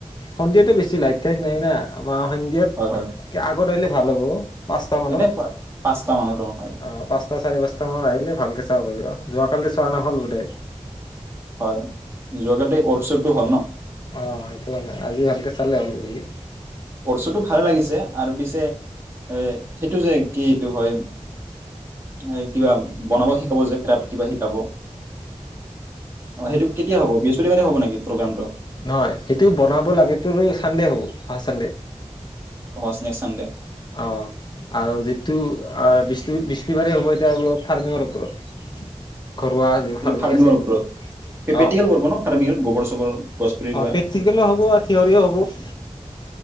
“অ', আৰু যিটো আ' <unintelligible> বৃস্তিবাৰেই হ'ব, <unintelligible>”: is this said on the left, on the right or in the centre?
Left